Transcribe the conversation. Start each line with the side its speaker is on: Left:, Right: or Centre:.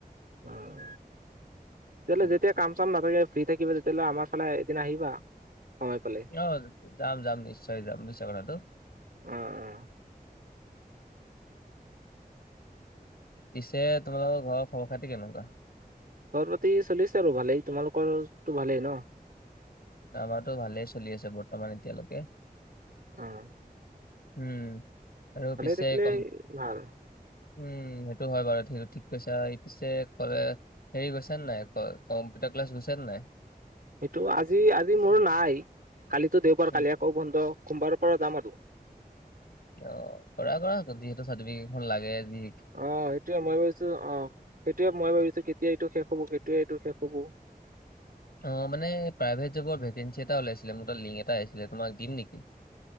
Right: উম, কেলে
Left: উম,
Right: যেতিয়া- কাম চাম নাথাকে ফ্ৰী থাকিব তেতিয়াহ'লে আমাৰ ফালে এদিন আহিবা সময় পালে
Left: অ যাম যাম নিশ্চয় যাম বিশ্বাস কৰাটো
Right: অ অ
Left: পিছে তোমালোকৰ ঘৰৰ খবৰ খাতি কেনেকুৱা?
Right: খবৰ খাতি চলিছে আৰু ভালেই তোমালোকৰটো ভালেই ন?
Left: আমাৰটো ভালেই চলি আছে বৰ্তমান এতিয়ালৈকে।
Right: উম।
Left: উম, আৰু পিছে
Right: থাকিলে
Left: কম-
Right: ভাল
Left: উম, সেইটো হয় বাৰু সেইটো ঠিক কৈছা। এই পিছে কলে হেৰি গৈছে নাই কম্পিউটাৰ ক্লাছ গৈছা নাই?
Right: সেইটো আজি আজি মোৰ নাই, কালিতো দেওবাৰ,
Left: উম
Right: কালি আকৌ বন্ধ। সোমবাৰৰ পৰা যাম আৰু।
Left: অ কৰা কৰাক যিহেতু চাৰ্টিফিকেট খন লাগে যদি
Right: অ সেইটোয়ে মই ভাবিছোঁ অ সেইটোয়ে মই ভাবিছোঁ কেতিয়া এইটো শেষ হব কেতিয়া এইটো শেষ হব
Left: অ মানে প্ৰাইভেট জবৰ ভেকেঞ্চি এটা ওলাইছিলে মোৰ তাত লিংক এটা আহিছিলে তোমাক দিম নেকি?